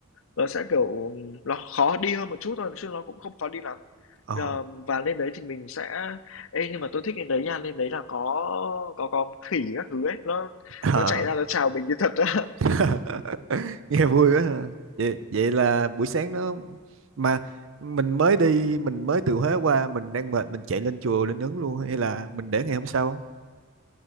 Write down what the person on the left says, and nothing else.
nó sẽ, kiểu, ừm, nó khó đi hơn một chút thôi, chứ nó cũng không khó đi lắm.
Ờ, và lên đấy thì mình sẽ ê, nhưng mà tôi thích lên đấy nha, lên đấy là có có có khỉ các thứ ấy, nó
nó chạy ra nó chào mình như thật á. <laughs>